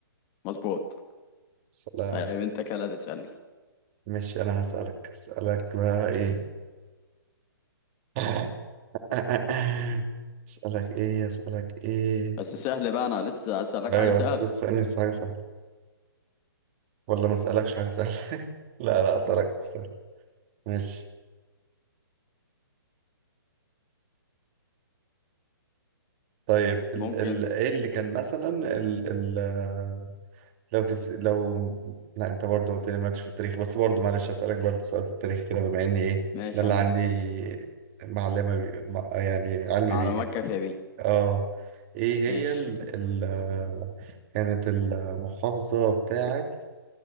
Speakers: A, on the left; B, on the right.
A: مظبوط
B: سلام
A: طيب انت كده تسألني
B: ماشي أنا هسألك هسألك بقى إيه <coughs> آه، آه، آه. أسألك إيه أسألك إيه
A: بس سهل بقى انا لسه اسألك
B: أيوة
A: حاجة سهلة
B: أنت تسألني حاجة سهلة ولا ما أسألكش حاجة سهلة <laughs> لا لا أسألك ماشي طيب ال
A: ممكن
B: ال ايه اللي كان مثلا ال ال آه، لو تفس لو لا انت برضه قلت لي مالكش في التاريخ بس برضه معلش اسالك برضه سؤال في التاريخ كده بما اني ايه
A: ماشي
B: ده اللي
A: يا عم
B: عندي
A: اسأل
B: معلمه بي مع- يعني علم
A: معلومات
B: بيه يعني
A: كافية بيه
B: اه ايه هي
A: ماشي
B: ال ال آه، كانت المحافظه بتاعت